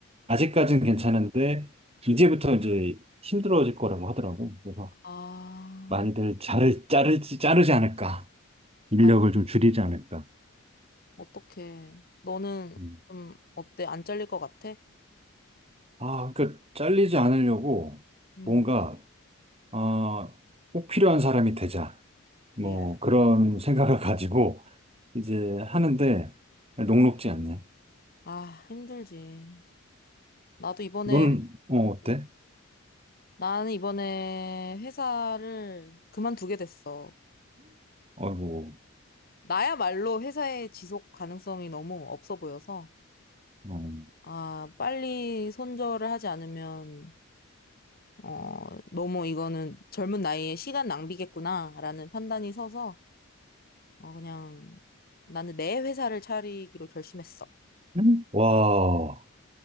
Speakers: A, on the right; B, on the left.
A: 아직까지는 괜찮은데 이제부터 이제 힘들어질 거라고 하더라고. 그래서
B: 아,
A: 많이들 자를, 자르지, 자르지 않을까. 인력을
B: 아이,
A: 좀 줄이지 않을까.
B: 어떡해. 너는
A: 음.
B: 좀 어때? 안 잘릴 것 같아?
A: 아, 그러니까 잘리지 않으려고
B: 음,
A: 뭔가, 어, 꼭 필요한 사람이 되자. 뭐
B: 예.
A: 그런 생각을 가지고 이제 하는데 녹록지 않네.
B: 아, 힘들지. 나도 이번에,
A: 너는, 어, 어때?
B: 음, 나는 이번에 회사를 그만두게 됐어.
A: 아이고,
B: 나야말로 회사의 지속 가능성이 너무 없어 보여서,
A: 어.
B: 아, 빨리 손절을 하지 않으면, 어, 너무 이거는 젊은 나이에 시간 낭비겠구나라는 판단이 서서, 어, 그냥 나는 내 회사를 차리기로 결심했어.
A: 음. 와,